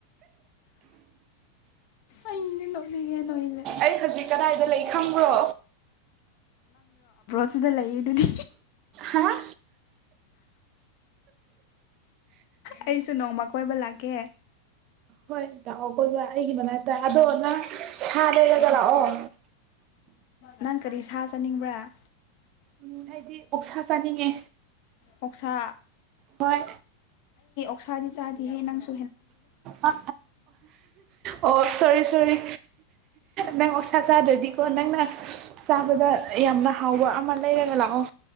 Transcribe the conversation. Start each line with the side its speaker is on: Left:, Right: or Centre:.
Left: ꯑꯩꯗꯤ ꯅꯣꯛꯅꯤꯡꯉꯦ ꯅꯣꯏꯁꯦ
Right: ꯑꯩ ꯍꯧꯖꯤꯛ ꯀꯗꯥꯏꯗ ꯂꯩ ꯈꯪꯕ꯭ꯔꯣ
Left: ꯁꯤꯗ ꯂꯩꯌꯦ ꯑꯗꯨꯅꯤ
Right: ꯑꯃ
Left: ꯑꯩꯁꯨ ꯅꯣꯡꯃ ꯀꯣꯏꯕ ꯂꯥꯛꯀꯦ
Right: ꯍꯣꯏ ꯂꯥꯛꯑꯣ ꯀꯣꯏꯕ ꯑꯩꯒꯤꯗ ꯍꯥꯏꯛꯇ ꯑꯗꯣ ꯅ ꯁꯥ ꯂꯩꯔꯗ ꯂꯥꯛꯑꯣ
Left: ꯅꯪ ꯀꯔꯤ ꯁꯥ ꯆꯥꯅꯤꯡꯕ꯭ꯔꯥ
Right: ꯎꯝ ꯍꯥꯏꯗꯤ ꯑꯣꯛꯁꯥ ꯆꯥꯅꯤꯡꯉꯦ
Left: ꯑꯣꯛꯁꯥ
Right: ꯍꯣꯏ
Left: ꯁꯥꯥꯗꯤ ꯆꯥꯗꯤ ꯍ ꯅꯪꯁ
Right: ꯑ ꯑꯣ ꯁꯣꯔꯤ ꯁꯣꯔꯤ ꯅꯪ ꯑꯣꯁꯥ ꯆꯥꯗ꯭ꯔꯗꯤꯀꯣ ꯅꯪꯅ ꯆꯥꯕꯗ ꯌꯥꯝꯅ ꯍꯥꯎꯕ ꯑꯃ ꯂꯩꯔꯒ ꯂꯥꯛꯑꯣ